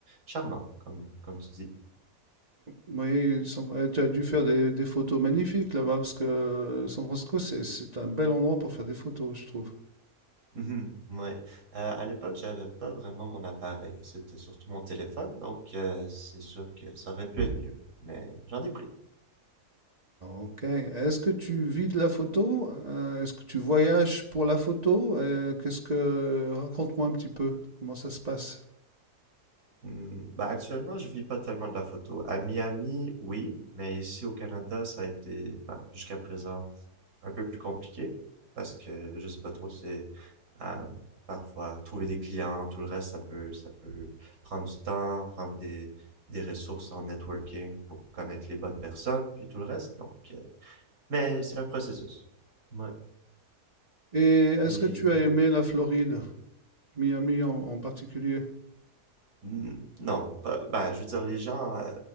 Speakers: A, on the right; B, on the right.
A: charmant, comme, comme tu dis.
B: Oui, San- euh, tu as dû faire des, des photos magnifiques là-bas, parce que San Francisco, c'est, c'est un bel endroit pour faire des photos, je trouve.
A: Mhm, ouais. Euh, à l'époque, j'avais pas vraiment mon appareil. C'était surtout mon téléphone, donc euh, c'est sûr que ça aurait pu être mieux. Mais j'en ai pris.
B: Ok. Est-ce que tu vis de la photo? Euh, est-ce que tu voyages pour la photo? Euh, qu'est-ce que... Raconte-moi un petit peu comment ça se passe.
A: Hmm, bah, actuellement, je vis pas tellement de la photo. À Miami, oui, mais ici au Canada, ça a été bah, jusqu'à présent un peu plus compliqué parce que je sais pas trop. C'est euh, parfois trouver des clients, tout le reste, ça peut, ça peut prendre du temps, prendre des des ressources en networking pour connaître les bonnes personnes, puis tout le reste. Donc, euh, Mais c'est un processus. Ouais.
B: Et est-ce
A: Et
B: que tu as aimé la Floride? Miami en, en particulier,
A: mm, non, bah ben, je veux dire, les gens, euh,